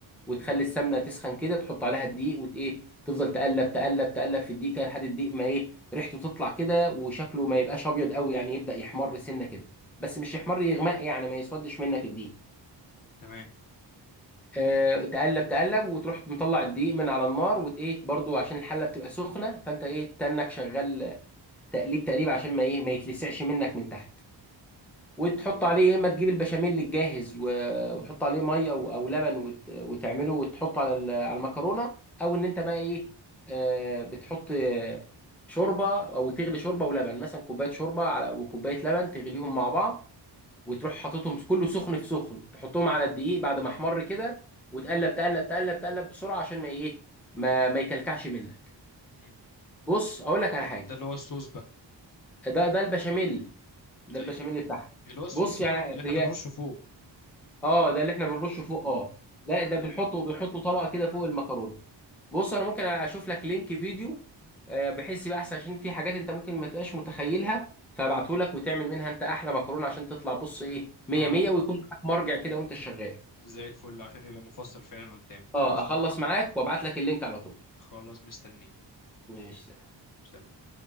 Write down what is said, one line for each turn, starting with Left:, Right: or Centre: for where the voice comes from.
Centre: وتخلي السمنه تسخن كده تحط عليها الدقيق وت ايه تفضل تقلب تقلب تقلب في الدقيق كده لحد الدقيق ما ايه ريحته تطلع كده وشكله ما يبقاش ابيض قوي يعني يبدا يحمر سنه كده بس مش يحمر يغمق يعني ما يسودش منك الدقيق
Left: تمام
Centre: آه تقلب تقلب وتروح مطلع الدقيق من على النار وت ايه برضو عشان الحله بتبقى سخنه فانت ايه تنك شغال تقليب تقليب عشان ما ايه ما يتلسعش منك من تحت وتحط عليه يا اما تجيب البشاميل الجاهز و- وتحط عليه ميه و- او لبن وت- وتعمله وتحطه على ال- على المكرونه او ان انت بقى ايه آه، بتحط آه، شوربه او تغلي شوربه ولبن مثلا كوبايه شوربه على وكوبايه لبن تغليهم مع بعض وتروح حاططهم كله سخن في سخن تحطهم على الدقيق بعد ما احمر كده وتقلب تقلب تقلب تقلب بسرعه عشان ما ايه ما ما يكلكعش منك
Left: مم.
Centre: بص اقول لك على حاجه
Left: ده اللي هو الصوص بقى
Centre: ده ده البشاميل ده
Left: ده
Centre: البشاميل
Left: ايه
Centre: بتاعها
Left: اللي هو الصوص
Centre: بص
Left: يعني
Centre: يعني
Left: اللي احنا
Centre: هي
Left: بنرشه فوق
Centre: اه ده اللي احنا بنرشه فوق اه لا ده بنحطه بنحطه طبقه كده فوق المكرونه بص انا ممكن اشوف لك لينك فيديو آه، بحيث يبقى احسن عشان في حاجات انت ممكن ما تبقاش متخيلها فابعته لك وتعمل منها انت احلى مكرونه عشان تطلع بص ايه 100
Left: اه
Centre: 100 ويكون معاك مرجع كده وانت شغال
Left: زي الفل عشان يبقى مفصل فعلا قدامي خلاص
Centre: اه اخلص
Left: ه-
Centre: معاك وابعت لك اللينك على طول
Left: خلاص مستنيك
Centre: ماشي
Left: سلام